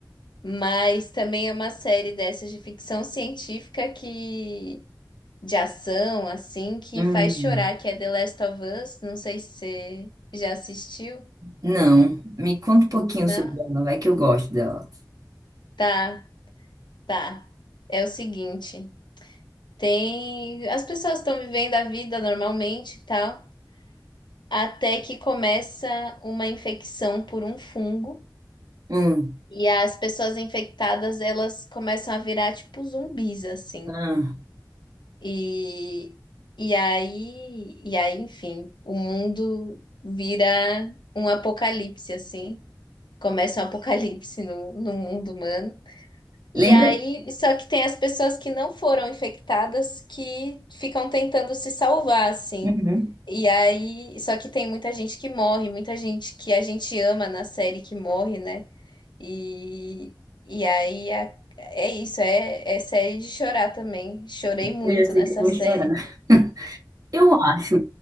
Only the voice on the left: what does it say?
Mas também é uma série dessas de ficção científica que de ação assim que
faz chorar, que é The Last of Us. Não sei se você já assistiu,
não?
Tá, tá. É o seguinte, tem as pessoas estão vivendo a vida normalmente e tal, até que começa uma infecção por um fungo
e as pessoas infectadas, elas começam a virar tipo zumbis assim.
E, e aí, e aí, enfim, o mundo vira um apocalipse, assim. Começa um apocalipse no, no mundo humano.
E aí, só que tem as pessoas que não foram infectadas que ficam tentando se salvar, assim.
E aí, só que tem muita gente que morre, muita gente que a gente ama na série que morre, né? E, e aí a- é isso, é, é série de chorar também. Chorei muito
nessa
série.